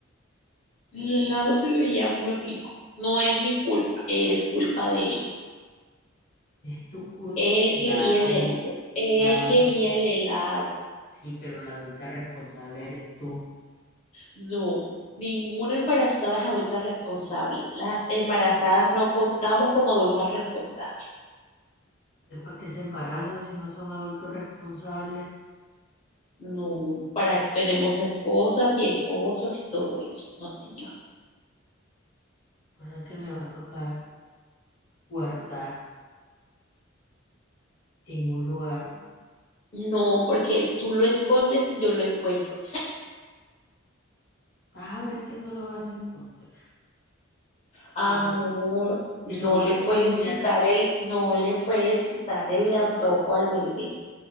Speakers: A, on the left; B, on the left.
A: El helado se veía muy rico. No es mi culpa, es culpa de él.
B: Es tu culpa.
A: Él
B: La
A: quería
B: adulta,
A: el helado. Él
B: la
A: quería
B: adulta,
A: el helado.
B: sí, pero la adulta responsable eres tú.
A: No, ninguna embarazada es adulta responsable. Las embarazadas no contamos como adultas responsables.
B: Entonces, ¿para qué se embarazan si no son adultos responsables?
A: No, para eso tenemos esposas y esposos y todo eso. No, señor.
B: Cosa que me va a tocar guardar en un lugar
A: No, porque tú lo escondes y yo lo encuentro.
B: Vas a ver que no lo vas a encontrar.
A: Amor,
B: Te, te
A: no
B: lo voy
A: le puedes
B: a cambiar
A: quitar el, no le puedes quitar el antojo al bebé.